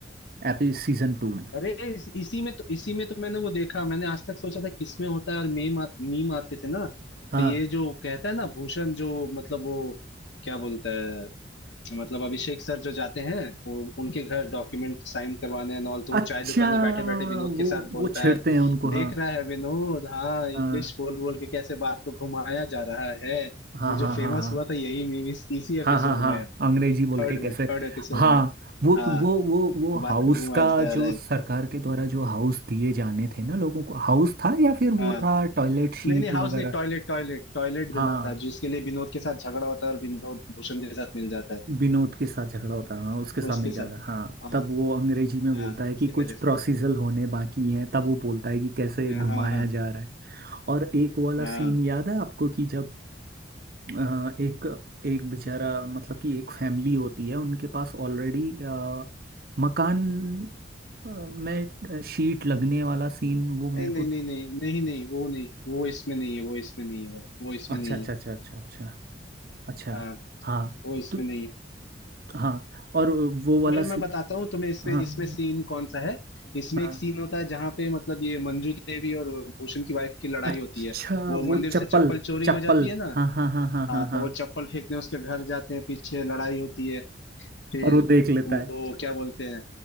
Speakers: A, on the right; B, on the left.
A: एपी सीजन टू में
B: अरे इस, इसी में तो इसी में तो मैंने वो देखा मैंने आज तक सोचा था किसमें होता है और मीम आ, मीम आते थे ना
A: हाँ
B: तो ये जो कहता है ना भूषण जो मतलब वो क्या बोलता है मतलब अभिषेक सर जो जाते हैं वो उनके घर डॉक्यूमेंट साइन करवाने एंड ऑल तो वो
A: अच्छा
B: चाय दुकान में बैठे बैठे विनोद
A: वो
B: के साथ बोलता
A: वो छेड़ते
B: है
A: हैं उनको
B: देख
A: हाँ
B: रहा है विनोद हाँ इंग्लिश
A: हाँ
B: बोल बोल के कैसे बात को घुमाया जा रहा है
A: हाँ
B: वो जो
A: हाँ
B: फेमस
A: हाँ हाँ
B: हुआ था यही मीम इस, इसी एपिसोड
A: हाँ हाँ हाँ
B: में है
A: अंग्रेजी बोल
B: थर्ड
A: के कैसे
B: में थर्ड एपिसोड
A: हाँ
B: में
A: वो तो,
B: हाँ
A: वो वो वो
B: बात
A: हाउस
B: को घुमाया
A: का
B: जा
A: जो
B: रहा है
A: सरकार के द्वारा जो हाउस दिए जाने थे ना लोगों को हाउस था या फिर
B: हाँ।"
A: वो था टॉयलेट शीट
B: नहीं नहीं हाउस
A: वगैरह
B: नहीं टॉयलेट टॉयलेट टॉयलेट देना
A: हाँ
B: था जिसके लिए विनोद के साथ झगड़ा होता है और विनोद भूषण के साथ मिल जाता है
A: विनोद के साथ झगड़ा होता है हाँ उसके साथ
B: उसके
A: मिल
B: साथ
A: जाता है हाँ
B: हाँ
A: तब वो अंग्रेजी में बोलता
B: हाँ
A: है
B: इसी
A: कि कुछ
B: वजह
A: प्रोसीजर
B: से
A: होने बाकी हैं तब वो बोलता है कि कैसे
B: हाँ
A: घुमाया
B: हाँ
A: जा रहा है और एक वाला
B: हाँ
A: सीन याद है आपको कि जब अ, एक एक बेचारा मतलब कि एक फैमिली होती है उनके पास ऑलरेडी मकान अ, मैं अ, शीट लगने वाला सीन वो मेरे
B: नहीं नहीं
A: को
B: नहीं नहीं नहीं नहीं वो नहीं वो इसमें नहीं है वो इसमें नहीं है भाई वो इसमें
A: अच्छा
B: नहीं
A: अच्छा
B: है
A: अच्छा अच्छा अच्छा अच्छा
B: हाँ
A: हाँ
B: वो इसमें
A: तो
B: नहीं है
A: हाँ और वो वाला
B: तुम्हें
A: सी
B: मैं बताता हूँ तुम्हें इसमें
A: हाँ
B: इसमें
A: हम्म,
B: सीन कौन सा है इसमें
A: हाँ
B: एक सीन होता है जहाँ पे मतलब ये मंजू देवी और भूषण की वाइफ की लड़ाई
A: अच्छा
B: होती है वो
A: वो
B: मंदिर
A: चप्पल
B: से चप्पल चोरी
A: चप्पल
B: हो जाती है ना
A: हाँ हाँ हाँ हाँ
B: हाँ
A: हाँ हाँ
B: तो वो चप्पल फेंकने उसके घर जाते हैं पीछे लड़ाई होती है फिर
A: और वो देख लेता
B: वो
A: है
B: क्या बोलते हैं